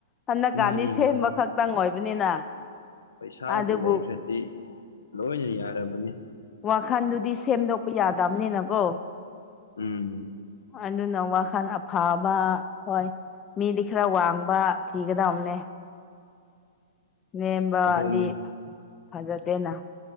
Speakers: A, on the left; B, on the left.
A: ꯍꯟꯅꯛ ꯀꯥꯟꯅꯤ
B: ꯃꯥꯅꯤ
A: ꯁꯦꯝꯕ
B: ꯃꯥꯅꯤ
A: ꯈꯛꯇꯪ ꯑꯣꯏꯕꯅꯤꯅ
B: ꯄꯩꯁꯥꯕꯨ
A: ꯑꯗꯨꯕꯨ
B: ꯂꯩꯈ꯭ꯔꯗꯤ ꯂꯣꯏꯅ ꯌꯥꯔꯕꯅꯤ
A: ꯋꯥꯈꯟꯗꯨꯗꯤ ꯁꯦꯝꯗꯣꯛꯄ ꯌꯥꯗꯕꯅꯤꯅꯀꯣ
B: ꯎꯝ
A: ꯑꯗꯨꯅ ꯋꯥꯈꯜ ꯑꯐꯥꯕ ꯍꯣꯏ ꯃꯤꯗꯤ ꯈꯔ ꯋꯥꯡꯕ ꯊꯤꯒꯗꯕꯅꯦ ꯅꯦꯝꯕꯗꯤ
B: ꯑꯗꯨꯅꯤ
A: ꯐꯖꯗꯦꯅ